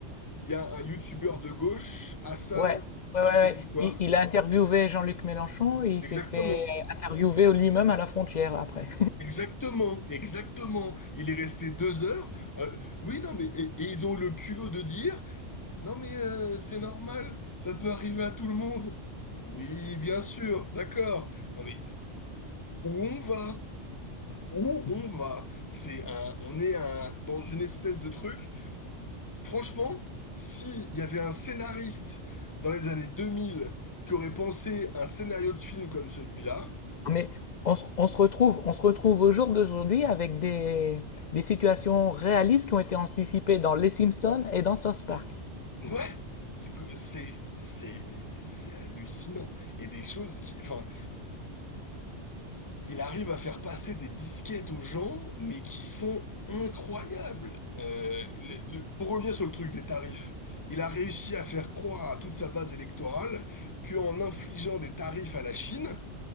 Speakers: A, on the left; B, on the left.
A: il y a un youtubeur de gauche, Hassan,
B: Ouais, ouais,
A: je
B: ouais, ouais.
A: sais plus quoi.
B: Il, il a interviewé Jean-Luc Mélenchon et il
A: Exactement.
B: s'est fait interviewer lui-même à la frontière après.
A: Exactement, exactement. Il est resté deux heures. Euh, oui, non, mais et, et ils ont eu le culot de dire, Non mais euh, c'est normal, ça peut arriver à tout le monde. Oui, bien sûr, d'accord. Non mais où on va? Où
B: <laughs>
A: on va? C'est un, on est un, dans une espèce de truc. Franchement, s'il y avait un scénariste dans les années 2000 qui aurait pensé un scénario de film comme celui-là,
B: Mais on, se on se retrouve, on se retrouve au jour d'aujourd'hui avec des, des situations réalistes qui ont été anticipées dans Les Simpsons et dans South Park.
A: ouais, c'est, co- c'est, c'est, c'est hallucinant. Et des choses qui, enfin, Il arrive à faire passer des disquettes aux gens, mais qui sont incroyables. Euh, le- le- pour revenir sur le truc des tarifs, il a réussi à faire croire à toute sa base électorale qu'en infligeant des tarifs à la Chine,